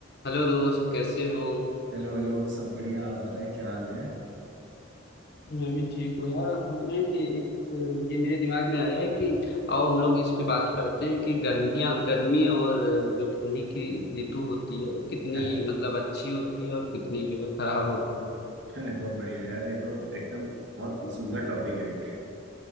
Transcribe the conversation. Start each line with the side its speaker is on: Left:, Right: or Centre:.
Left: हेलो दोस्त कैसे हो
Right: हेलो हेलो सब बढ़िया आप बताएं क्या हाल है
Left: मैं भी ठीक हूँ यार हम सोच रहे हैं कि एक ये मेरे दिमाग में आया है कि आओ हम लोग इस पे बात करते हैं कि गर्मियाँ गर्मी और जो ठंडी की ऋतु होती है वो कितनी
Right: <laughs>
Left: मतलब अच्छी होती है और कितनी जो है खराब होती
Right: अरे बहुत बढ़िया यार ये तो एकदम बहुत
Left: है
Right: सुंदर टॉपिक है एक